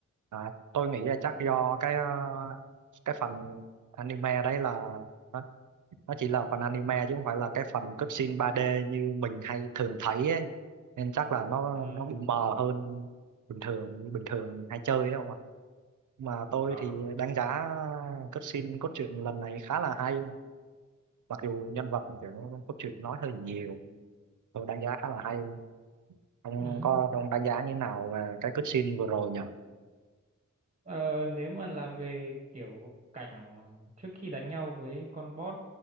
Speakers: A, on the right; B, on the right.
A: à, tôi nghĩ là chắc do cái à, cái phần anime đấy là nó, nó chỉ là phần anime chứ không phải là cái phần cutscene 3D như mình hay thường thấy ấy. nên chắc là nó
B: ừ.
A: nó bị mờ hơn bình thường như bình thường mình hay chơi ấy không ạ mà tôi
B: Ờ.
A: thì đánh giá cutscene cốt truyện lần này khá là hay mặc dù nhân vật kiểu cốt truyện nói hơi nhiều tôi đánh giá khá là hay ông
B: Ừ.
A: có ông đánh giá như thế nào về cái cutscene vừa rồi nhỉ
B: Ờ, nếu mà là về kiểu cảnh trước khi đánh nhau với con boss